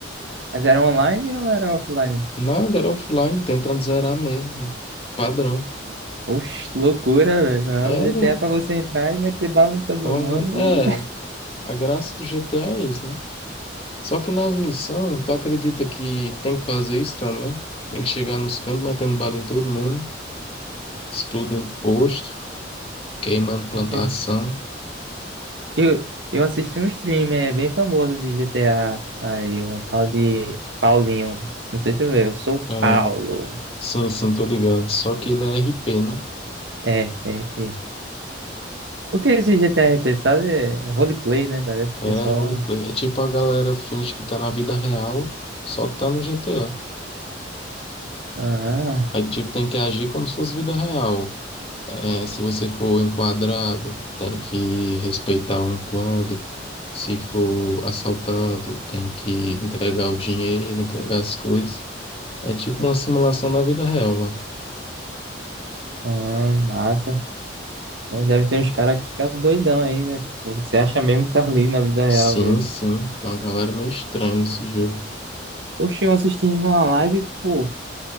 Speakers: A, on the right; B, on the left.
A: Mas era online ou era offline?
B: Nada, era offline, tentando zerar mesmo. Padrão.
A: Oxe, loucura, velho. Não,
B: Era.
A: GTA é pra você entrar e meter bala em todo
B: Torna-
A: mundo e...
B: É, a graça do GTA é isso, né? Só que nas missões, tu acredita que tem que fazer isso também? Tem que chegar nos cantos metendo bala em todo mundo, explodindo posto, queimando plantação.
A: <laughs> Eu, eu assisti um streamer bem famoso de GTA aí, um tal de Paulinho. Não sei se eu, eu sou o
B: É,
A: Paulo.
B: sim, sim, tô ligado. Só que ele é RP, né?
A: É, RP. O que é esse GTA RP, sabe? É roleplay, né? Parece
B: É
A: que é só.
B: roleplay. É tipo a galera finge que tá na vida real, só que tá no GTA.
A: Ah,
B: Aí tipo tem que agir como se fosse vida real. É, se você for enquadrado, tem que respeitar o enquadro. Se for assaltado, tem que entregar o dinheiro, entregar as coisas. É tipo uma simulação da vida real lá.
A: ah, massa. Mas deve ter uns caras que ficam doidão aí, né? Tipo, você acha mesmo que tá ali na vida real
B: Sim,
A: mesmo.
B: sim. Tem uma galera meio estranha nesse jogo.
A: Oxe, eu assistindo uma live, pô.